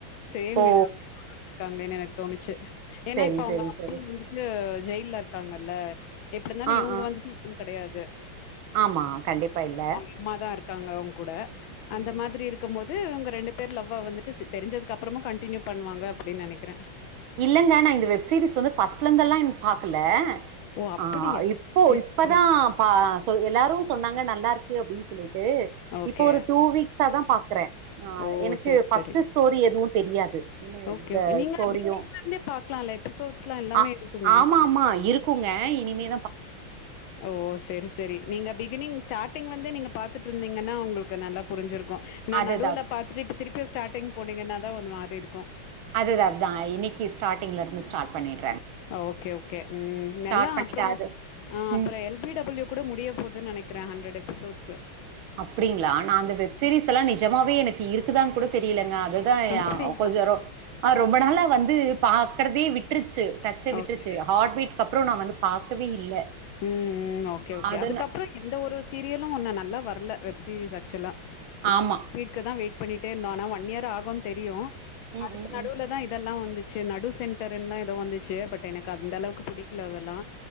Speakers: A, on the left (about 80°); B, on the right (about 85°).
A: சேம்
B: ஓ
A: இது இருக்காங்களேன்னு எனக்கு தோணுச்சு ஏன்னா
B: செரி
A: இப்ப அவங்க
B: செரி
A: அப்ப
B: செரி
A: வந்துட்டு ஜெயில்ல இருக்காங்கல்ல எப்டினாலு
B: ஆ
A: இவங்க
B: ஆ
A: வந்துட்டு <unintelligible> கடையாது
B: ஆமா கண்டிப்பா இல்ல
A: அம்மாதா இருக்காங்க அவங்க கூட
B: ம்
A: அந்த
B: ம்
A: மாதிரி இருக்கு போது து‌ இவங்க ரெண்டு பேர் லவ்வ வந்துட்டு தெரிஞ்சதுக்கு அப்புறமு கண்டினியூ பண்ணுவாங்க அப்டின் நினைக்கிறே
B: இல்லங்க நா இந்த வெப் சீரிஸ் வந்து ஃபர்ஸ்ட்ல இருந்து எல்லா பாக்கல
A: ஓ அப்டியா
B: ஆ இப்போ
A: சேரி
B: இப்பதா
A: சேரி
B: சொ எல்லாரு சொன்னாங்க ந நல்லா இருக்கு அப்டின்னு சொல்லிட்டு
A: ஓகே
B: இப்ப ஒரு டூ வீக்ஸா தா பாக்றே ஆ
A: ஓ
B: எனக்கு
A: சேரி
B: பஃர்ஸ்ட்டு
A: சேரி
B: ஸ்டோரி எதுவு தெரியாது இன்னு
A: ஓகே
B: எந்த
A: ஓகே நீங்க
B: ஸ்டோரியு
A: பிகினிங்ல இருந்தே பாக்கலாம்ல எபிசோட்ஸ்லா எல்லாமே
B: ஆ
A: இருக்குமே
B: ஆமா ஆமா இருக்குங்க இனிமே
A: ஓ செரி செரி நீங்க பிகினிங் ஸ்டார்டிங்ல வந்து நீங்க பாத்துட்டு இருந்தீங்கன்னா உங்களுக்கு நல்லா புரிஞ்சிருக்கு எனா
B: அதுதா
A: நடுவுல பாத்துட்டு இப்ப திருப்பி யஸ் ஸார்டிங் போனீங்கன்னா தா ஒந் மாரி இருக்கு
B: அது அது தா இன்னிக்கி ஸ்ட்டாடி்ங் ல இருந்து ஸ்டார்ட் பண்ணிரு
A: ஓகே ஓகே ம்
B: ஸ்டார்ட்
A: நல்லா
B: பண்ணிட்டு
A: அப்றோ
B: அது
A: ஆ
B: ம்
A: அப்றோ எல் பி டபிள்யூ கூட முடிய போதுன்னு நினக் இருக்ற ஹண்ட்ரட் எஃபிசோட்
B: அப்டிங்களா நா அந்த வெப்சீரிஸ் எல்லா நிஜமாவே எனக்கு இருக்குதான்னு கூட தெரியலங்க அதுதா
A: அப்படியா?
B: ஆ கொஞ்ச ரோ ரொம்ப நாளா வந்து பாக்றதே விட்ருச்சு டச்சே விட்ருச்சு
A: ஓகே.
B: ஹார்ட் பீட் அப்றோ நா வந்து பாக்கவே இல்ல
A: ம் ம் ஓகே ஓகே
B: அதன
A: அதுக்கப்றோ எந்த ஒரு சீரியலு ஒன்னு நல்லா வரல வெப் சீரிஸ் ஆக்சுவலா
B: ஆமா
A: வீட்க்கு தா வெயிட் பண்ணிட்டே இருந்தோ ஆனா ஒன் இயர் ஆகுன் தெரியு
B: ம்
A: அதுக்கு
B: ம்
A: நடுவுலதா
B: ம்
A: இதெல்லா வந்து சே நடு சென்டர்ன்னு எதோ வந்துச்சு பட் எனக்கு அந்த அளவுக்கு புடிக்கல அதெல்லா